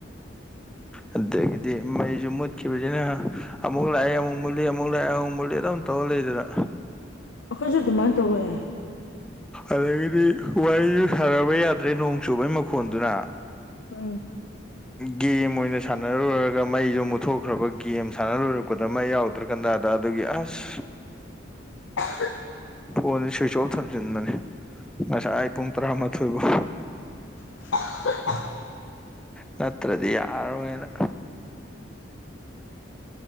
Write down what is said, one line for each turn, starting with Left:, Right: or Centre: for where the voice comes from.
Centre: ꯑꯗꯨꯗꯒꯤꯗꯤ ꯃꯩꯁꯨ ꯃꯠꯈꯤꯕꯒꯤꯅ ꯑꯃꯨꯛ ꯂꯥꯛꯑꯦ ꯑꯃꯨꯛ ꯃꯨꯠꯂꯤ ꯑꯃꯨꯛ ꯂꯥꯛꯑꯦ ꯑꯗꯨꯝ ꯇꯧ ꯂꯩꯗꯅ
Left: ꯑꯩꯈꯣꯏꯁꯨ ꯑꯗꯨꯃꯥꯟ ꯇꯧꯋꯦ
Centre: ꯑꯗꯒꯤꯗꯤ ꯋꯥꯔꯤꯁꯨ ꯁꯥꯟꯅꯕ ꯌꯥꯗ꯭ꯔꯦ ꯅꯣꯡ ꯆꯨꯕꯒꯤ ꯃꯈꯣꯟꯗꯨꯅ
Left: ꯎꯝ
Centre: ꯒꯦꯝ ꯑꯣꯏꯅ ꯁꯥꯟꯅꯔꯨꯔꯒ ꯃꯩꯁꯨ ꯃꯨꯠꯊꯣꯛꯈ꯭ꯔꯕ ꯒꯦꯝ ꯁꯥꯟꯅ ꯂꯣꯏꯔꯛꯄꯗ ꯃꯩ ꯌꯥꯎꯗ ꯗ꯭ꯔꯥ ꯀꯥꯟꯗꯥꯗ ꯑꯗꯨꯒꯤ ꯑꯁ
Left: <unintelligible>
Centre: ꯐꯣꯟꯁꯦ ꯁ꯭ꯋꯤꯆ ꯑꯣꯐ ꯊꯝꯖꯤꯟꯕꯅꯤ ꯉꯁꯥꯏ ꯄꯨꯡ ꯇꯔꯥꯃꯥꯊꯣꯏ ꯐꯥꯎ
Left: <unintelligible>
Centre: ꯅꯠꯇ꯭ꯔꯗꯤ ꯌꯥꯔꯔꯣꯏꯅ